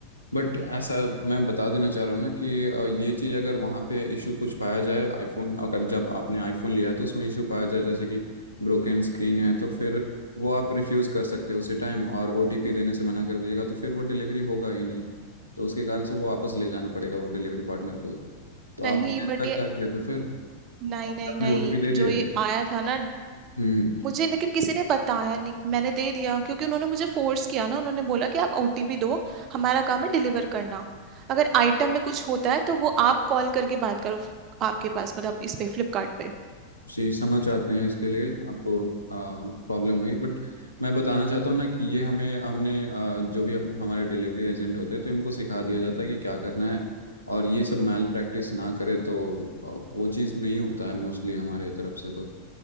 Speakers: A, on the left (about 85°); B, on the right (about 35°).
A: बट ऐसा मैं बता देना चाह रहा हूँ ना कि अ, ये चीज़ अगर वहाँ पे इशू कुछ पाया जाए आईफोन अगर जब आपने आईफोन लिया है तो उसमें इशू पाया जाए जैसे कि ब्रोकन स्क्रीन है तो फिर वो आप रिफ्यूज़ कर सकते हो उसी टाइम और ओटीपी देने से मना कर दीजिएगा तो फिर वो डिलीवरी होगा ही नहीं तो उसके कारण से वो वापस ले जाना पड़ेगा वो डिलीवरी पार्टनर को तो
B: नहीं
A: आपने ऐसा
B: बट ये
A: क्या किया था फिर
B: नहीं नहीं
A: आपने
B: नहीं
A: ओटीपी दे दिया
B: जो ये
A: था
B: आया था ना
A: हम्म
B: मुझे लेकिन किसी ने बताया नहीं मैंने दे दिया क्योंकि उन्होंने मुझे फोर्स किया ना उन्होंने बोला कि आप ओटीपी दो हमारा काम है डिलीवर करना अगर आइटम में कुछ होता है तो वो आप कॉल करके बात करो फ- आपके पास मतलब इस पे फ्लिपकार्ट पे
A: जी समझ आते हैं इसके लिए आपको प्रॉब्लम हुई बट मैं बताना चाहता हूँ ना कि ये हमें हमने आ, जो भी अप, हमारे डिलीवरी एजेंट होते हैं तो इनको सिखा दिया जाता है कि क्या करना है और ये सब मैल प्रैक्टिस ना करे तो आ, वो चीज़ नहीं होता है मोस्टली हमारे तरफ से तो